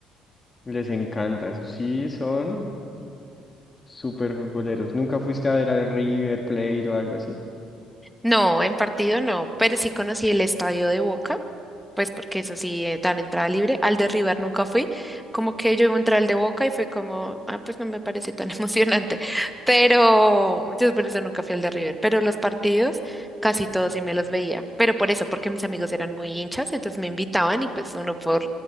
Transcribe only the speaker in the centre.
No, en partido no, pero sí conocí el estadio de Boca, pues porque eso sí eh, dan entrada libre. Al de River nunca fui, como que yo entré al de Boca y fue como, ah, pues no me parece tan <laughs> emocionante, pero yo por eso nunca fui al de River, pero los partidos casi todos sí me los veía, pero por eso, porque mis amigos eran muy hinchas, entonces me invitaban y pues uno por